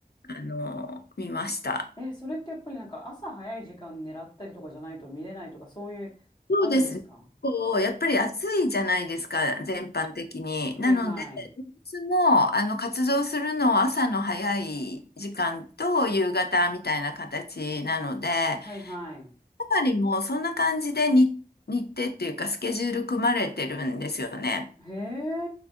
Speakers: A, on the left (about 80°); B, on the left (about 25°).
A: あの、見ました。
B: え、それってやっぱりなんか朝早い時間狙ったりとかじゃないと見れないとかそういう、
A: そうですね。
B: あるんですか
A: こう、やっぱり暑いじゃないですか、全般的に。
B: はいはい。
A: なので、つも、あの、活動するのは朝の早い時間と夕方みたいな形なので、やっ
B: はいはい。
A: ぱりもうそんな感じでに日程っていうかスケジュール組まれてるんですよね。
B: へ